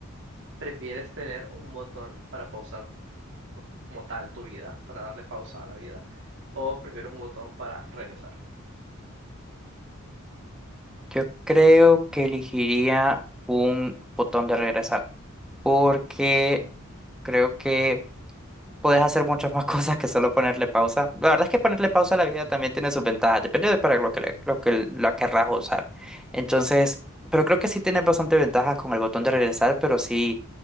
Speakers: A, on the right; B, in the centre.
A: ¿Prefieres tener un botón para pausar como tal tu vida, para darle pausa a la vida, o prefieres un botón para regresar?
B: Yo creo que elegiría un botón de regresar, porque creo que puedes hacer muchas más <laughs> cosas que solo ponerle pausa. La verdad es que ponerle pausa a la vida también tiene sus ventajas, depende de para lo que, le- lo que la querrás usar. Entonces, pero creo que sí tienes bastante ventajas con el botón de regresar, pero sí,